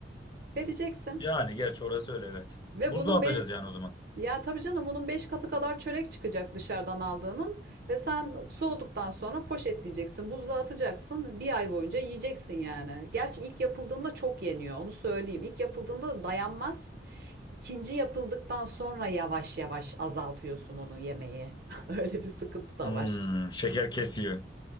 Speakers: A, on the right; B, on the left.
A: Vereceksin.
B: Yani gerçi orası öyle evet.
A: Ve
B: Buzluğa
A: bunun
B: atacağız
A: beş
B: yani o zaman.
A: Ya tabii canım bunun 5 katı kadar çörek çıkacak dışarıdan aldığının ve sen soğuduktan sonra poşetleyeceksin, buzluğa atacaksın. Bir ay boyunca yiyeceksin yani. Gerçi ilk yapıldığında çok yeniyor onu söyleyeyim. İlk yapıldığında dayanmaz. İkinci yapıldıktan sonra yavaş yavaş azaltıyorsun onu yemeği. <laughs> Öyle bir sıkıntı da
B: Hmm,
A: var.
B: şeker kesiyor.